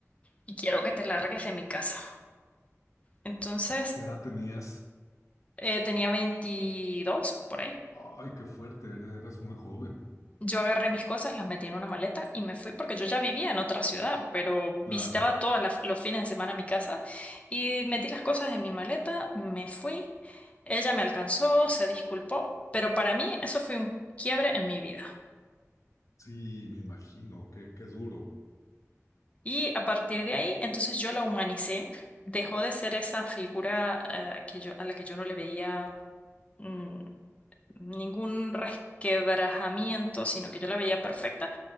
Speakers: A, on the left; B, on the left.
A: y quiero que te largues de mi casa. Entonces,
B: ¿qué edad tenías?
A: eh, tenía 22 por ahí.
B: Ay, qué fuerte, er- eras muy joven.
A: Yo agarré mis cosas, las metí en una maleta y me fui porque yo ya vivía en otra ciudad, pero visitaba
B: Claro.
A: todos los fines de semana mi casa y metí las cosas en mi maleta, me fui, ella me alcanzó, se disculpó, pero para mí eso fue un quiebre en mi vida.
B: Sí, me imagino, qué, qué duro.
A: Y a partir de ahí, entonces yo la humanicé, dejó de ser esa figura eh, que yo, a la que yo no le veía. mm, ningún resquebrajamiento, sino que yo la veía perfecta